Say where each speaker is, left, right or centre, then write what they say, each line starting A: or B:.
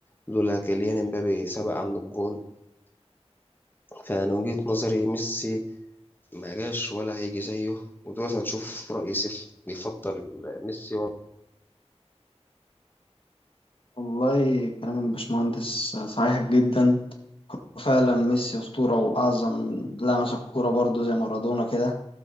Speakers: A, on the left; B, on the left.
A: لولا كيليان امبابي سبق عنه الجون فأنا من وجهة نظري ميسي ما جاش ولا هيجي زيه ودلوقتي هنشوف رأي سيف بيفضل ميسي ولا
B: والله كلام الباشمهندس صحيح جدا وفعلا ميسي أسطورة وأعظم لمس الكورة برضه زي مارادونا كده